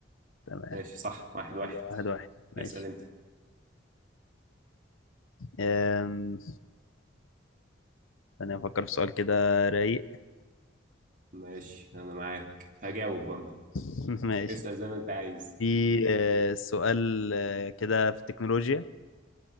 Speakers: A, on the left; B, on the right.
A: تمام
B: ماشي صح واحد واحد
A: كده واحد واحد ماشي
B: اسأل انت
A: أم... ثانية أفكر في سؤال كده رايق
B: ماشي انا معاك هجاوب برضو
A: <laughs> ماشي
B: اسأل زي ما انت عايز
A: في آه، سؤال آه، كده في التكنولوجيا